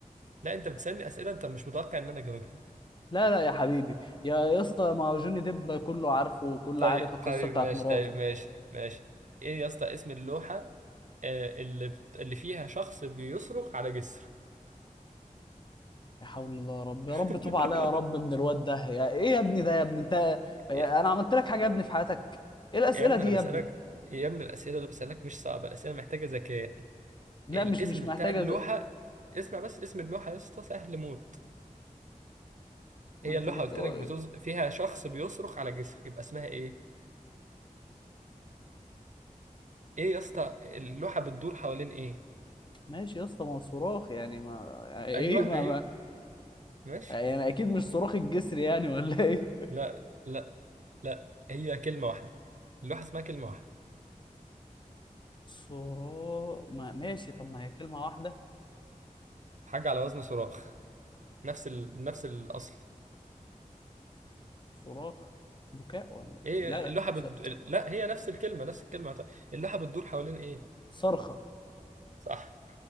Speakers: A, on the right (about 60°); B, on the left (about 35°).
A: لا انت بتسألني اسئله انت مش متوقع ان انا اجاوبها
B: لا لا يا حبيبي يا يا اسطى ما هو جوني ديب كله عارفه وكله
A: طيب
B: عارف القصة
A: طيب
B: بتاعت
A: ماشي
B: مراته
A: طيب ماشي ماشي ايه يا اسطى اسم اللوحه آه، اللي بت... اللي فيها شخص بيصرخ على جسر
B: يا حول الله يا رب يا رب
A: <laughs>
B: توب عليا يا رب من الواد ده يا ايه يا ابني ده يا ابني انت انا
A: يا...
B: عملت لك حاجه يا ابني في حياتك ايه الاسئله
A: يا ابني
B: دي
A: انا
B: يا
A: بسألك
B: ابني
A: يا ابني الاسئله اللي بسألك مش صعبه الاسئله محتاجه ذكاء
B: لا
A: الاسم
B: مش مش محتاجه
A: بتاع اللوحه
B: زي...
A: اسمع بس اسم اللوحه يا اسطى سهل موت
B: ما
A: هي
B: انت
A: اللوحه
B: بتقول
A: قلت لك بتز... فيها شخص بيصرخ على جسر يبقى اسمها ايه ايه يا اسطى اللوحه بتدور حوالين ايه
B: ماشي يا اسطى ما هو صراخ يعني ما يعني ايه
A: ايوه
B: ما,
A: ايوه
B: ما
A: ماشي
B: يعني اكيد مش صراخ الجسر يعني ولا ايه
A: لا لا لا هي كلمة واحدة اللوحة اسمها كلمة واحدة
B: صراخ ما ماشي طب ما هي كلمة واحدة
A: حاجة على وزن صراخ نفس ال... نفس الأصل
B: صراخ بكاء ولا
A: ايه
B: لا لا
A: اللوحة بد...
B: ص-
A: لا هي نفس الكلمة نفس الكلمة هت- اللوحة بتدور حوالين ايه
B: صرخة
A: صح